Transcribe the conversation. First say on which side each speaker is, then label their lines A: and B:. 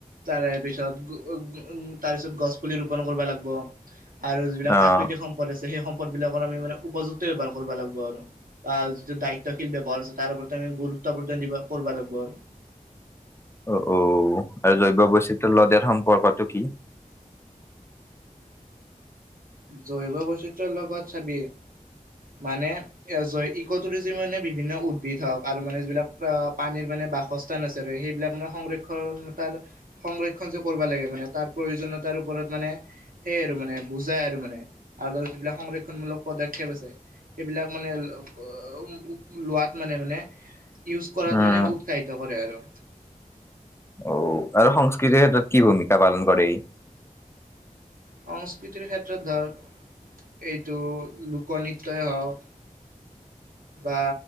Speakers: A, on the right (about 80°); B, on the left (about 20°).
A: তাৰে পিছত গঅ গঅ তাৰপিছত গছ পুলি ৰোপন কৰবা লাগব আৰু যিবিলাক
B: অ',
A: প্ৰাকৃতিক সম্পদ আছে সেই সম্পদ বিলাকৰ আমি মানে উপযুক্ত ব্যৱহাৰ কৰবা লাগব আৰু বা যিটো দায়িত্বশীল ব্যৱহাৰ আছে তাৰ ওপৰ আমি গুৰুত্ব প্ৰদান দিব কৰবা লাগব আৰু
B: অ অ আৰু জৈৱ বৈচিত্ৰ ল দিয়াত সম্পৰ্কটো কি
A: জৈৱ বৈচিত্ৰৰ লগত চাবি মানে এঅজয় ইকটুৰিজি মানে বিভিন্ন উদ্ভিদ হওক আৰু মানে যিবিলাক পানীৰ মানে বাসস্থান আছে সেইবিলাক মানে সংৰক্ষণ তাৰ সংৰক্ষণ যে কৰবা লাগে মানে তাৰ প্ৰয়োজনত তাৰ ওপৰত মানে সেই আৰু মানে বুজ যায় আৰু মানে আৰু যিবিলাক সংৰক্ষণমূলক পদক্ষেপ আছে সেইবিলাক মানে <unintelligible> লোৱাত মানে মানে ইউজ কৰাত
B: উম,
A: মানে উৎসাহিত কৰে আৰু
B: অ আৰু সংস্কৃতিৰ ক্ষেত্ৰত কি ভূমিকা পালন কৰে ই
A: সংস্কৃতিৰ ক্ষেত্ৰত ধৰ এইটো লোকনৃত্যই হওক বা